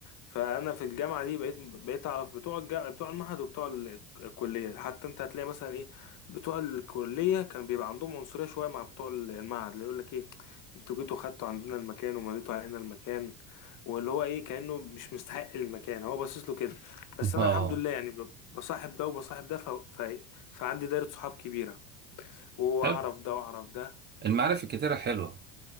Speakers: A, on the left; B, on the right.
A: فانا في الجامعه دي بقيت بقيت اعرف بتوع الجا... بتوع المعهد وبتوع ال- الكليه حتى انت هتلاقي مثلا ايه بتوع الكليه كان بيبقى عندهم عنصريه شويه مع بتوع ال- المعهد اللي يقول لك ايه انتوا جيتوا خدتوا عندنا المكان ومليتوا علينا المكان واللي هو ايه كانه مش مستحق المكان هو باصص له كده بس
B: <laughs>
A: انا
B: اه
A: الحمد لله يعني ب- بصاحب ده وبصاحب ده ف... ف... فعندي دايره صحاب كبيره واعرف
B: حلو
A: ده واعرف ده
B: المعارف الكتيرة حلوة